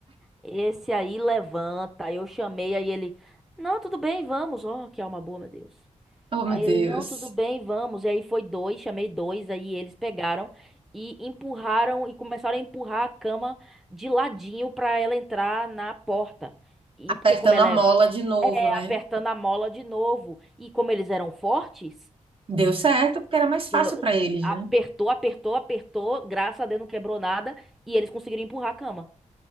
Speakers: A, in the centre; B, on the right (about 45°).
A: Esse aí levanta. Aí Eu chamei, aí ele, não, tudo bem, vamos. Ó, que alma boa, meu Deus.
B: Oh,
A: Aí
B: meu Deus.
A: ele, não, tudo bem, vamos. E aí foi dois, chamei dois, aí eles pegaram e empurraram e começaram a empurrar a cama de ladinho pra ela entrar na porta. E
B: Apertando
A: porque como ela
B: a
A: é,
B: mola de novo,
A: é
B: né?
A: apertando a mola de novo, e como eles eram fortes,
B: Deu certo porque era mais fácil
A: deu-
B: pra eles,
A: apertou,
B: né?
A: apertou, apertou, graças a Deus não quebrou nada, e eles conseguiram empurrar a cama.